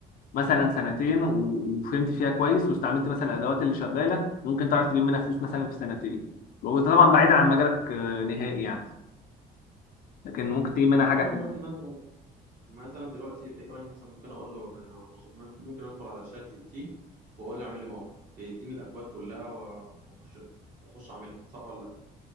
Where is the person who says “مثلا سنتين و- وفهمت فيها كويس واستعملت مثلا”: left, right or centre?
Left